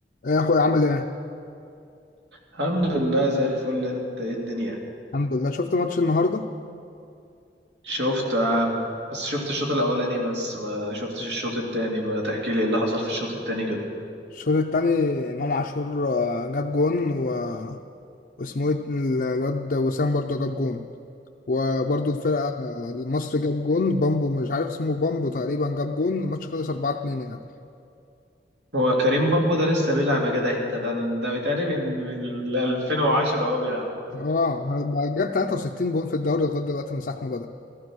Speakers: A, on the left; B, on the right.
A: ايه يا اخويا عامل ايه
B: الحمد لله زي الفل انت ايه الدنيا
A: الحمد لله شفت ماتش النهارده
B: شفته يا عم بس شفت الشوط الاولاني بس ما شفتش الشوط التاني ما تحكي لي ايه اللي حصل في الشوط التاني كده
A: الشوط التاني امام عاشور آه، جاب جون و... واسمه ايه الواد وسام برضه جاب جون وبرضه الفرقه آه، مصر جاب جون بامبو مش عارف اسمه بامبو تقريبا جاب جون الماتش خلص 4-2 يعني
B: هو كريم بامبو ده لسه بيلعب يا جدع انت ده ده بيتهيألي من من 2010 هو بيلعب
A: اه بقى جاب 63 جون في الدوري لغايه دلوقتي من ساعه ما بدأ